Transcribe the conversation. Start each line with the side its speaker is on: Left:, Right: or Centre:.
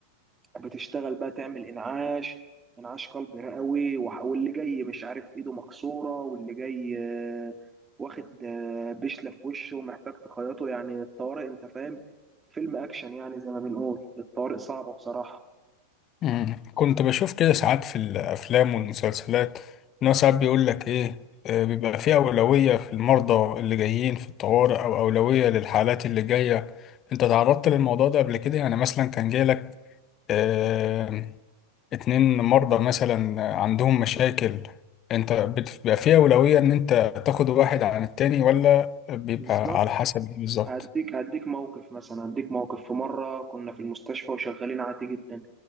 Right: بتشتغل بقى تعمل انعاش انعاش قلب رئوي وح- واللي جاي مش عارف ايده مكسوره واللي جاي آه، واخد آه، بشله في وشه ومحتاج تخيطه يعني الطوارئ انت فاهم فيلم اكشن يعني زي ما بنقول الطوارئ صعبه بصراحه
Left: مم. كنت بشوف كده ساعات في الافلام والمسلسلات ان هو ساعات بيقول لك ايه آه، بيبقى في اولوية في المرضى اللي جايين في الطوارئ او اولوية للحالات اللي جاية انت تعرضت للموضوع ده قبل كده يعني مثلا كان جاي لك آه، اتنين مرضى مثلا عندهم مشاكل انت بت- بيبقى فيه أولوية ان انت تاخد واحد عن التاني ولا بيبقى
Right: بالظبط
Left: على حسب بالظبط
Right: هديك هديك موقف مثلا هديك موقف في مرة كنا في المستشفى وشغالين عادي جدا